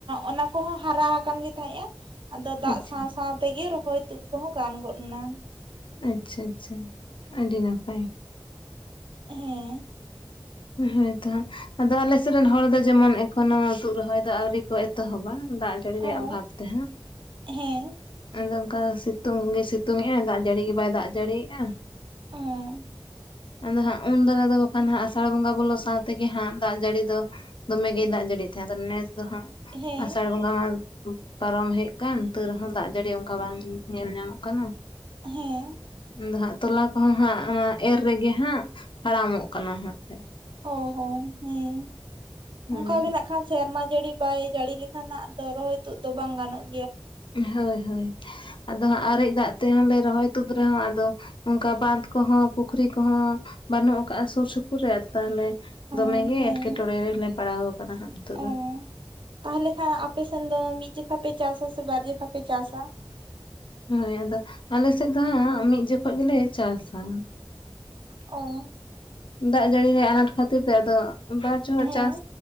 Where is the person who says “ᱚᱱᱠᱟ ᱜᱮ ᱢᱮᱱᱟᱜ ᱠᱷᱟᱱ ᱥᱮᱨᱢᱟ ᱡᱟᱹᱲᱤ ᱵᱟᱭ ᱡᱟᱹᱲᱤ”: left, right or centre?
Right